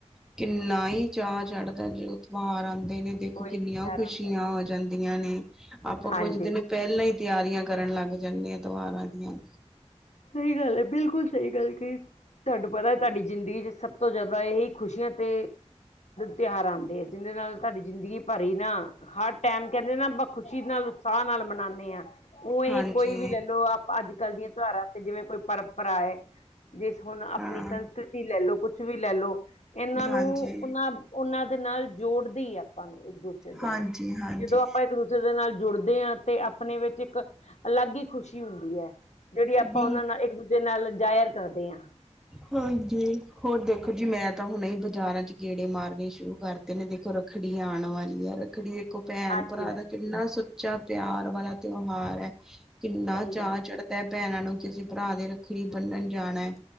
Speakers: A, in the centre; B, on the left.
A: ਕਿੰਨਾ ਈ ਚਾਅ ਚੜਦਾ ਜਿਦੋਂ ਤੋਆਰ ਆਂਦੇ ਨੇ। ਦੇਖੋਂ
B: ਕੋਈ
A: ਕਿੰਨੀਆਂ
B: ਵੀ ਤਿਉਹਾਰ
A: ਖੁਸ਼ੀਆਂ
B: ਆਉਂਦਾ
A: ਆ ਜਾਂਦੀਆਂ ਨੇ, ਆਪਾਂ
B: ਹਾਂਜੀ
A: ਕੁੱਝ ਦਿਨ ਪੈਲਾਂ ਈ ਤਿਆਰੀਆਂ ਕਰਨ ਲੱਗ ਜਾਂਨੇ ਆ ਤੋਆਰਾਂ ਦੀਆਂ।
B: ਸਹੀ ਗੱਲ ਐ, ਬਿਲਕੁਲ ਸਈ ਗੱਲ ਕਈ। ਤਾਨੂੰ ਪਤਾ ਐ ਤਾਡੀ ਜ਼ਿੰਦਗੀ ਚ ਸਭ ਤੋਂ ਜ਼ਿਆਦਾ ਇਹੀ ਖੁਸ਼ੀਆਂ ਤੇ ਤਿਉਹਾਰਾਂ ਆਂਦੇ ਆ, ਜਿਦੇਂ ਨਾਲ ਤਾਡੀ ਜ਼ਿੰਦਗੀ ਭਰੀ ਨਾ ਹਰ ਟੈਮ ਕੈਂਦੇ ਨਾ ਆਪਾਂ ਖੁਸ਼ੀ ਨਾਲ, ਉਤਸਾਅ ਨਾਲ ਮਨਾਂਨੇ ਆ। ਉਏਂ
A: ਹਾਂਜੀ
B: ਹੀ ਕੋਈ ਵੀ ਲੈ ਲਓ, ਆਪ ਅੱਜ-ਕਲ ਦੀਆਂ ਤਿਉਆਰਾਂ ਤੇ ਜਿਵੇਂ ਕੋਈ ਪਰੰਪਰਾ ਐ ਬਿਸ ਹੁਣ ਆਪਣੀ
A: ਹਾਂ
B: ਸੰਸਕ੍ਰਿਤੀ ਲੈ ਲੋ, ਕੁਛ ਵੀ ਲੈ ਲੋ, ਇਨ੍ਹਾਂ
A: ਹਾਂਜੀ
B: ਨੂੰ ਉਨਾਂ ਉਨ੍ਹਾਂ ਦੇ ਨਾਲ ਜੋੜਦੀ ਆ ਆਪਾਂ ਨੂੰ ਇੱਕ ਦੂਸਰੇ ਦੇ
A: ਹਾਂਜੀ
B: ਨਾਲ,
A: ਹਾਂਜੀ
B: ਜਿਦੋਂ ਆਪਾਂ ਇੱਕ ਦੂ ਜਿਦੇ ਨਾਲ ਜੁੜਦੇ ਆਂ ਤੇ ਆਪਣੇ ਵਿੱਚ ਇੱਕ ਅਲੱਗ ਈ ਖੁਸ਼ੀ ਹੁੰਦੀ ਐ, ਜਿਹੜੀ ਆ
A: ਬਿਲ
B: ਅਪਣਾ ਇੱਕ ਦੂਜੇ ਨਾਲ ਜ਼ਾਇਰ ਕਰਦੇ ਆਂ।
A: ਹਾਂਜੀ, ਹੋਰ ਦੇਖੋ ਜੀ ਮੈਂ ਤਾਂ ਹੁਣੇ ਈ ਬਾਜ਼ਾਰਾਂ ਚ ਗੇੜੇ ਮਾਰਨੇ ਸ਼ੁਰੂ ਕਰ ਤੇ ਨੇ ਦੇਖੋ, ਰੱਖੜੀ ਆਣ ਵਾਲੀ ਆ, ਰੱਖੜੀ ਦੇਖੋ ਭੈਣ-ਭਰਾ
B: ਹਾਂਜੀ ਹਾਂਜੀ
A: ਦਾ ਕਿੰਨਾ ਸੁੱਚਾ ਪਿਆਰ ਵਾਲਾ ਤਿਉਹਾਰ ਐ, ਕਿੰਨਾ
B: ਸਹੀ
A: ਚਾਅ
B: ਗੱਲ ਹੈ
A: ਚੜ੍ਹ ਤੇ ਭੈਣਾਂ ਨੂੰ ਕਿਸੇ ਭਰਾ ਦੇ ਰੱਖੜੀ ਬੰਨਣ ਜਾਣਾ ਐ।